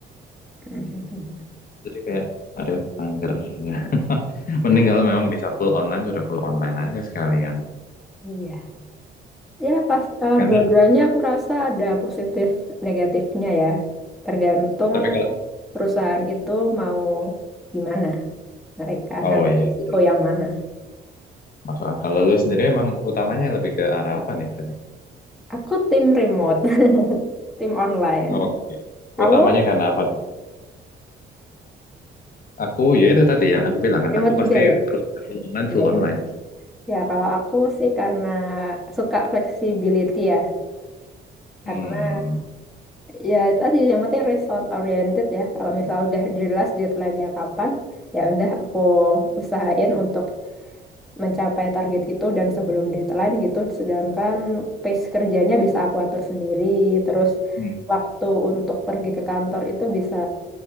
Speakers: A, in the centre; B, on the left.
A: <laughs>
B: Jadi kayak, aduh, mager. Nah, <laughs> Mending kalau memang bisa full online, sudah full online aja sekalian.
A: Iya. Ya, pas eh,
B: Karena,
A: dua-duanya aku rasa ada positif negatifnya ya. Tergantung
B: tapi kalau,
A: perusahaan itu mau gimana mereka
B: oh
A: ngambil
B: iya,
A: risiko
B: iya, iya.
A: yang mana.
B: masuk akal. Lalu sendiri emang utamanya lebih ke arah apa nih berarti?
A: Aku tim remote, <laughs> tim online.
B: Oke.
A: Kamu
B: Utamanya karena apa? Aku, ya itu tadi yang aku bilang kan,
A: remote
B: aku pasti
A: juga ya?
B: kalau full online,
A: Iya,
B: full online.
A: ya. Ya, kalau aku sih karena suka flexibility ya.
B: Hmm,
A: Karena ya itu tadi yang penting result oriented ya. Kalau misal udah jelas deadline-nya kapan, ya udah aku usahain untuk mencapai target itu dan sebelum deadline gitu. Sedangkan pace kerjanya bisa aku atur sendiri. Terus
B: Hmm.
A: waktu untuk pergi ke kantor itu bisa